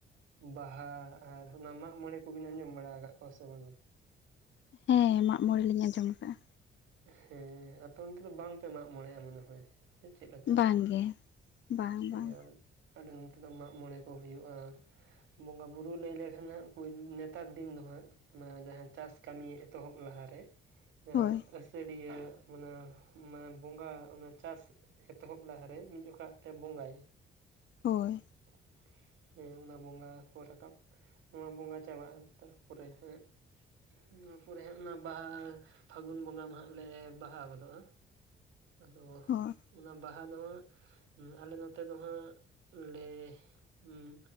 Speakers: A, on the right; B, on the left.
A: ᱵᱟᱦᱟ ᱟᱨ ᱚᱱᱟ ᱢᱟᱜ ᱢᱚᱬᱮ ᱠᱚᱵᱤᱱ ᱟᱸᱡᱚᱢ ᱵᱟᱲᱟ ᱟᱠᱟᱫ ᱠᱚᱣᱟ ᱥᱮ ᱵᱟᱝ?
B: ᱦᱮᱸ ᱢᱟᱜ ᱢᱚᱬᱮ ᱞᱤᱧ ᱟᱸᱡᱚᱢ ᱟᱠᱟᱫᱼᱟ᱾
A: ᱦᱮᱸ, ᱟᱯᱮ ᱚᱱᱛᱮ ᱫᱚ ᱵᱟᱝ ᱯᱮ ᱢᱟᱜ ᱢᱚᱬᱮᱜᱼᱟ ᱢᱚᱱᱮ ᱦᱳᱭ᱾ ᱥᱮ ᱪᱮᱫ ᱞᱮᱠᱟ
B: ᱵᱟᱝᱜᱮ
A: <unintelligible>
B: ᱵᱟᱝ
A: ᱦᱮ
B: ᱵᱟᱝ
A: ᱟᱨ ᱟᱞᱮ ᱱᱚᱛᱮ ᱫᱚ ᱢᱟᱜ ᱢᱚᱬᱮ ᱠᱚ ᱦᱩᱭᱩᱜᱼᱟ᱾ ᱵᱚᱸᱜᱟ ᱵᱳᱨᱳ ᱞᱟᱹᱭ ᱞᱮᱠᱷᱟᱱ ᱦᱟᱸᱜ ᱯᱩᱭᱞᱳ ᱱᱮᱛᱟᱨ ᱫᱤᱱ ᱫᱚ ᱦᱟᱸᱜ, ᱱᱚᱣᱟ ᱡᱟᱦᱟᱸ ᱪᱟᱥ ᱠᱟᱹᱢᱤ ᱮᱛᱚᱦᱚᱵ ᱞᱟᱦᱟᱨᱮ, ᱡᱟᱦᱟᱸ
B: ᱦᱳᱭ
A: ᱟᱹᱥᱟᱹᱲᱤᱭᱟᱹ, ᱚᱱᱟ ᱢᱟᱱ ᱵᱚᱸᱜᱟ ᱚᱱᱟ ᱪᱟᱥ ᱮᱛᱚᱦᱚᱵ ᱞᱟᱦᱟᱨ ᱨᱮ, ᱢᱤᱫ ᱡᱚᱠᱷᱚ ᱨᱟᱜ ᱛᱮ ᱵᱚᱸᱜᱟᱭ,
B: ᱦᱳᱭ
A: <inaudible> ᱦᱮᱸ ᱚᱱᱟ ᱵᱚᱸᱜᱟ ᱠᱚ ᱨᱟᱠᱟᱵ ᱱᱚᱣᱟ ᱵᱚᱸᱜᱟ ᱪᱟᱵᱟᱜᱼᱟ, ᱛᱟᱨᱯᱚᱨᱮ ᱦᱟᱸᱜ ᱱᱚᱣᱟ ᱯᱚᱨᱮ ᱮᱦᱚᱵ ᱱᱟ ᱵᱟᱦᱟ ᱦᱟᱠᱩ, ᱯᱷᱟᱹᱜᱩᱱ ᱵᱚᱸᱜᱟ ᱢᱟ ᱦᱟᱸᱜ ᱞᱮ ᱵᱟᱦᱟ ᱜᱚᱫᱚᱜᱼᱟ, <unintelligible> ᱟᱫᱚ
B: ᱦᱳᱭ
A: ᱚᱱᱟ ᱵᱟᱦᱟ ᱫᱚ ᱦᱟᱸᱜ ᱟᱞᱮ ᱱᱚᱛᱮ ᱫᱚ ᱦᱟᱸᱜ ᱞᱮ <unintelligible> ᱦᱩᱸ